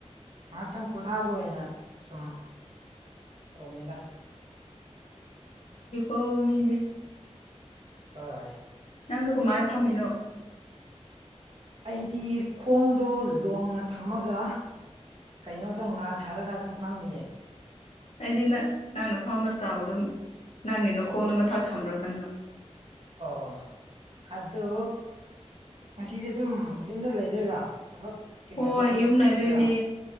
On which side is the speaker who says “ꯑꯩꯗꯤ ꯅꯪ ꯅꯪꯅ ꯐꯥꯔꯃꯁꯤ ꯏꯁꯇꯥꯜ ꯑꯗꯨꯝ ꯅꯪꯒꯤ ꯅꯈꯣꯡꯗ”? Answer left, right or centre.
Left